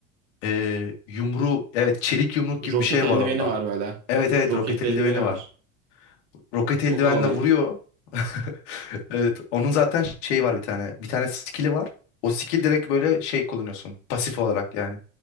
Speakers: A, on the left; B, on the right.
A: eee yumruğu evet çelik yumruk gibi
B: Roket
A: bir şey
B: eldiveni
A: var onda.
B: var böyle.
A: Evet evet
B: Roketli
A: roket
B: eldiveni
A: eldiveni
B: var.
A: var. Roket
B: Çok
A: eldivenle
B: havalıydı.
A: vuruyor. <laughs> Evet onun zaten şeyi var bir tane. Bir tane skill'i var. O skill direkt böyle şey kullanıyorsun pasif olarak yani.